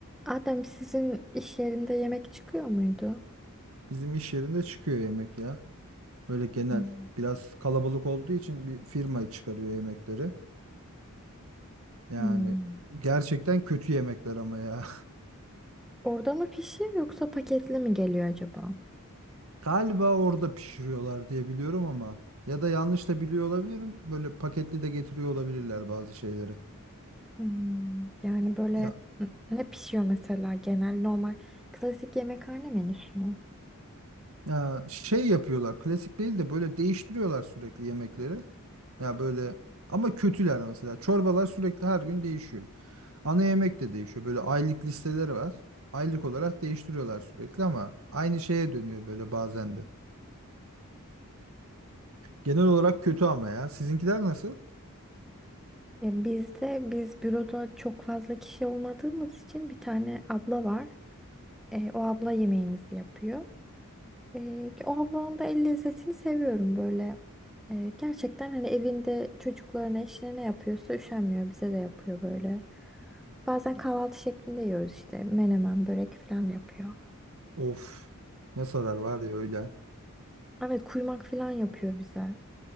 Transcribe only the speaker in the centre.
Adem sizin iş yerinde yemek çıkıyor muydu?
Hmm.
Hmm.
Orada mı pişiyor yoksa paketli mi geliyor acaba?
Hmm. Yani böyle
n- ne pişiyor mesela genel normal klasik yemekhane menüsü mü?
Ya bizde biz büroda çok fazla kişi olmadığımız için bir tane abla var. E, o abla yemeğimizi yapıyor. E, o ablanın da el lezzetini seviyorum böyle. E, gerçekten hani evinde çocuklarına eşine ne yapıyorsa üşenmiyor bize de yapıyor böyle. Bazen kahvaltı şeklinde yiyoruz işte. Menemen, börek falan yapıyor.
Evet, kuymak falan yapıyor bize.